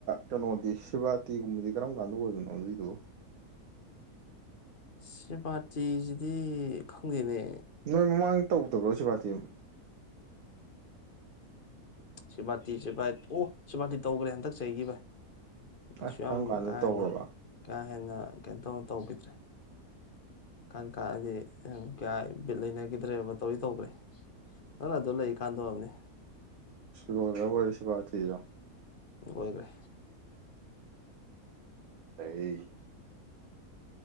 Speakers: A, on the right; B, on the left.
A: ꯀꯩꯅꯣꯗꯤ ꯁ꯭ꯔꯤꯕꯥꯇꯤꯒꯨꯝꯕꯗꯤ ꯀꯔꯝ ꯀꯥꯟꯗ ꯑꯣꯏꯕꯅꯣ ꯑꯗꯨꯏꯗꯣ
B: ꯁ꯭ꯔꯤꯕꯥꯇꯤꯁꯥꯖꯤꯗꯤ ꯈꯪꯗꯦꯅꯦ
A: ꯅꯣꯏ ꯃꯃꯥꯡꯗ ꯇꯧꯗꯕ꯭ꯔꯣ ꯁꯤꯕꯥꯇꯤ
B: ꯁꯤꯚꯥꯇꯤ ꯁꯤ ꯚꯥꯏ ꯑꯣ ꯁꯤꯚꯥꯇꯤ ꯇꯧꯈ꯭ꯔꯦ ꯍꯟꯗꯛ ꯆꯩꯒꯤ ꯚꯥꯏ ꯀꯩꯁꯨ
A: ꯑꯦ ꯀꯔꯝ
B: ꯌꯥꯝ
A: ꯀꯥꯟꯗ
B: ꯀꯥ
A: ꯇꯧꯔꯕ
B: ꯍꯦꯟꯅ ꯀꯥ ꯍꯦꯟꯅ ꯀꯩꯅꯣ ꯇꯧ ꯇꯧꯈꯤꯗ꯭ꯔꯦ ꯀꯥꯟ ꯀꯥ ꯑꯗꯤ ꯀꯌꯥ ꯕꯤꯠ ꯂꯩꯅꯈꯤꯗ꯭ꯔꯦꯕ ꯇꯧꯗꯤ ꯇꯧꯒ꯭ꯔꯦ ꯅꯪ ꯑꯗꯨꯗ ꯂꯩꯀꯥꯟꯗ ꯑꯣꯏꯔꯝꯅꯤ
A: ꯂꯣꯏꯒ꯭ꯔꯕꯣꯏꯔꯦ ꯁꯤꯕꯇꯤꯗꯣ
B: ꯂꯣꯏꯒ꯭ꯔꯦ
A: ꯑꯩ